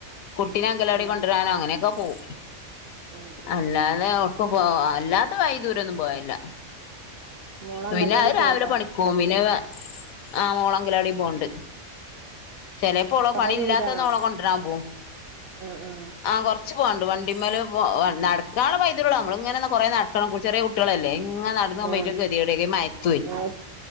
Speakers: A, on the left; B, on the right.
A: കുട്ടിനെ അങ്കലാടി
B: ആഹ്
A: കൊണ്ടുവരാനോ അങ്ങനെയൊക്കെ പോവും.
B: ആഹ് ആഹ്
A: അല്ലാതെ എവിടെക്കെപ്പോ അല്ലാത്തെ വൈ ദൂരൊന്നും പോവലില്ല.
B: മോള് അംഗൽവാടി
A: പിന്നെ അത് രാവിലെ
B: പോവ്ണ്ടാ
A: പണിക്ക പോവും പിന്നെ അ ആ മോളങ്കിലവാടി പോണുണ്ട് ചിലപ്പോളോ
B: കൊറേ
A: പണി
B: ദൂരാണോ
A: ഇല്ലാത്തന്നോളെ കൊണ്ടുരാൻ പോവും.
B: ആഹ് ആഹ്
A: ആഹ് കുറച്ച് പോവാണ്ട് വണ്ടിമേല് പോ നടക്കാളും വൈദ്യരുള്ള നമ്മള ഇങ്ങന കുറേ നട ക്കണം ചെറിയ കുട്ടികളല്ല ഇങ്ങന നട <unintelligible>
B: ആഹ്
A: ഗതിടക്കെ ഈ മയതും അപോ പിന്നെ ഗെതി
B: ആഹ്